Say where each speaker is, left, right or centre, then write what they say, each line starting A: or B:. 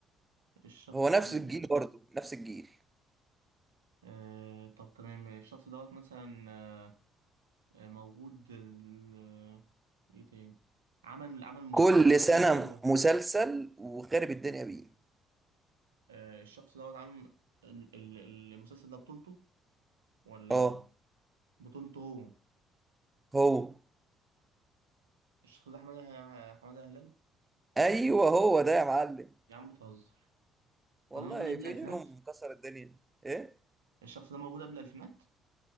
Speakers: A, on the right; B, on the right.
A: الشخص
B: هو نفس
A: ده
B: الجيل برضه نفس الجيل
A: آه طب تمام الشخص دوت مثلا آه آه، موجود ال- آه، ايه تاني عمل عمل المسلسل
B: كل
A: الأخير
B: سنه
A: دوت
B: مسلسل وخارب الدنيا بيه
A: آه الشخص دوت عامل ال- ال- المسلسل ده بطولته ولا
B: اه
A: بطولته هو
B: هو
A: الشخص ده حمادة حمادة هلال
B: ايوه هو ده يا معلم
A: يا عم بتهزر
B: والله
A: هو ده موجود قبل
B: في
A: الألفينات
B: غيرهم مكسر الدنيا ايه
A: الشخص ده موجود قبل الألفينات